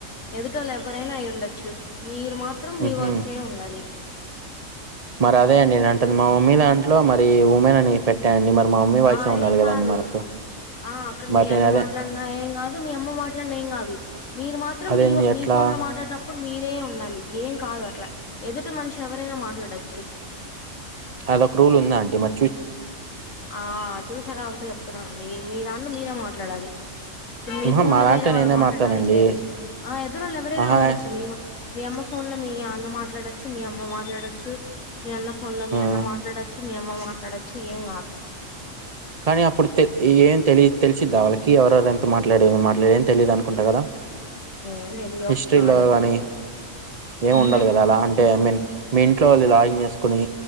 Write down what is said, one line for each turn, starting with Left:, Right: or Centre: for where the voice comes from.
Left: ఎదుటోలు ఎవరైనా అయి ఉండొచ్చు మీరు మాత్రం
Right: హు
Left: మీ
Right: హుమ్
Left: వాయిసే ఉండాలి
Right: మరి అదే అండి న అంటుంది మా మమ్మీ దాంట్లో మరి మ ఉమెన్ అని పెట్టాయంండి మరి మా మమ్మీ వాయిసే
Left: ఆ
Right: ఉండాలి
Left: ఏం
Right: కదండి
Left: కాదు
Right: మరి అప్పుడు
Left: ఆ అక్కడ
Right: మరి
Left: మీ అన్న
Right: నేను అదే
Left: మాట్లాడిన ఏం కాదు మీ అమ్మ మాట్లాడిన ఏం కాదు మీరు మాత్రం
Right: అదేంది
Left: మీ
Right: ఎట్లా
Left: మీ ఫోన్ లో మాట్లాడ ఇప్పుడు మీరే ఉండాలి ఏం కాదు అట్లా ఎదుటి మనిషి ఎవరైనా మాట్లా అడచ్చు
Right: అదొ క్రూల్ ఉందా అంట మ
Left: ఆ చూసా కాబట్టి చెప్తున్నా అండి మీ దాంట్లో మీరే మాట్లాడాలి మీ
Right: ఆహా
Left: ఫోన్
Right: మా
Left: లో
Right: దాంట్లో
Left: వేరే వాళ్ళు
Right: నేనే
Left: మాట్లాడటానికి
Right: మారుతానండి
Left: లేదు ఆ ఎద్దరుళు ఎవరైనా
Right: ఆహా
Left: ఉండొచ్చు మము మీ అమ్మ ఫోన్ లో మీ అన్న మాట్లాడొచ్చు మీ అమ్మ మాట్లాడొచ్చు మీ అన్న ఫోన్ లో మీ అన్న
Right: ఆ
Left: మాట్లాడచ్చు మి అమ్మ అడచు ఏం కాదు
Right: కానీ అప్పుడు ఏం తెలి తెలిసిద్దా వాళ్ళకి ఎవరెవరుెంత మాట్లాడే మాట్లాడేం తెలియదు అనుకుంటా కదా
Left: ఏం తెలియవు
Right: హిస్టరీలో
Left: నాకు
Right: గానీ
Left: తెలిసి
Right: ఏం ఉండదు కదా అలా అంటే ఐ మీన్ మీ ఇంట్లో వాళ్ళు లాగింగ్ చేసుకుొని